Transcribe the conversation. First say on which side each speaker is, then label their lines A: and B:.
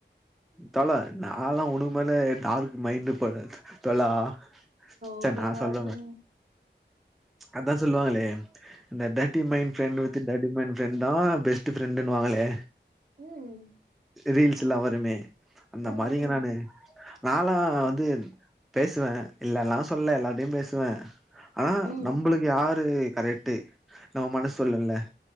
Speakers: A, in the centre; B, on the right.
A: தோழா நாளாக உனக்கு மேல டார்க் மைண்ட் போடு தொழா ச்ச
B: ஓகேங்க
A: நா சொல்
B: ஓகேங்க
A: அதான் சொல்லுவாங்களே இந்த டர்ரனட்டி மைன்ட் ஃபிரண்ட மை ஃப்ரெண்ட தான் பெஸ்ட் ஃரெண்டுன்னுவாங்களே
B: ம்
A: ரீல்ஸ்ல்லாம் வருமே அந்த
B: ம்
A: மாறிங்க
B: ம்
A: நானு நானாம் வந்து பேசுவேன் இல்லல்லாம் சொல்ல எல்லார்டையும் பேசுவேன் ஆனா
B: ம்
A: நம்மளுக்கு யாரு கரெக்ட் நம்ம மனசு சொல்லுல